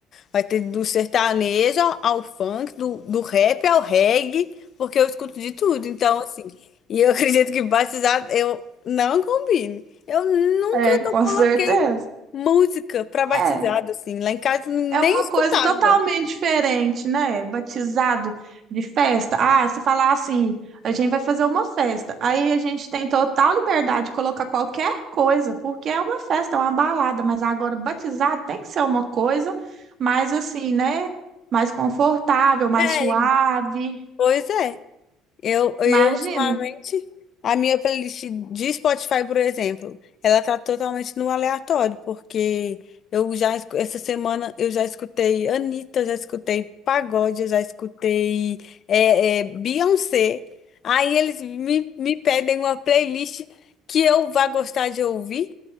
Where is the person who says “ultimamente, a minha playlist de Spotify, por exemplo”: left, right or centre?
Left